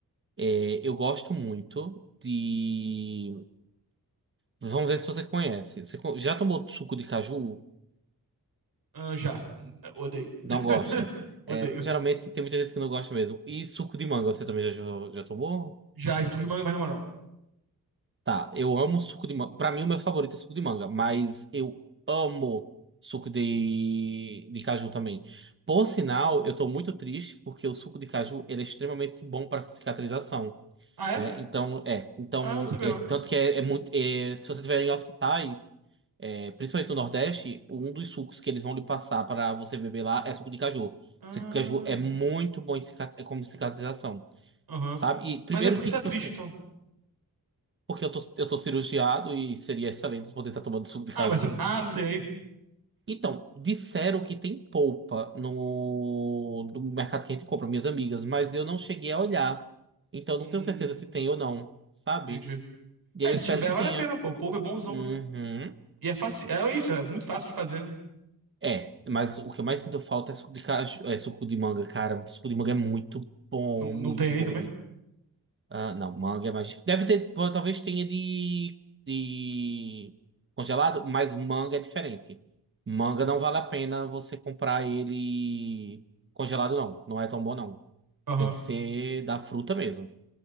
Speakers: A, on the right; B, on the right.
A: É, eu gosto muito de. Vamos ver se você conhece. Você co- já tomou suco de caju?
B: Ah, já. Odeio.
A: Não
B: <laughs>
A: gosta?
B: Odeio.
A: É, geralmente tem muita gente que não gosta mesmo. E suco de manga, você também já, já, já tomou?
B: Já, já suco de manga é mais na moral.
A: Tá, eu amo suco de manga. Pra mim, o meu favorito é suco de manga, mas eu amo suco de, de caju também. Por sinal, eu tô muito triste porque o suco de caju ele é extremamente bom para cicatrização.
B: Ah, é?
A: né? Então, é, então,
B: Ah, não sabia
A: é,
B: não.
A: tanto que é, é muito, é, se você tiver em hospitais, é, principalmente no Nordeste, um dos sucos que eles vão lhe passar para você beber lá é suco de caju.
B: Ah,
A: Suco de caju é muito bom em cica- é como cicatrização,
B: aham.
A: sabe? E primeiro
B: Mas é porque
A: que,
B: você
A: tipo
B: tá triste,
A: assim,
B: então.
A: porque eu tô, eu tô cirurgiado e seria excelente poder estar tomando suco de
B: Ah,
A: caju.
B: mas você... Ah, não tem aí?
A: Então, disseram que tem polpa no, no mercado que a gente compra, minhas amigas, mas eu não cheguei a olhar. Então,
B: Hum,
A: não tenho certeza se tem ou não, sabe?
B: entendi.
A: E
B: É,
A: aí eu
B: se
A: espero
B: tiver,
A: que tenha.
B: vale a pena, pô. Polpa é bonzão.
A: Uhum.
B: E é fácil. É isso, é muito fácil de fazer, né?
A: É, mas o que eu mais sinto falta é suco de caju, é suco de manga, cara. Suco de manga é muito bom,
B: Não, não
A: muito
B: tem aí
A: bom.
B: também?
A: Ah, não, manga é mais difícil. Deve ter, pô, talvez tenha de, de congelado, mas manga é diferente. Manga não vale a pena você comprar ele congelado, não. Não é tão bom, não.
B: Aham,
A: Tem que ser da fruta mesmo,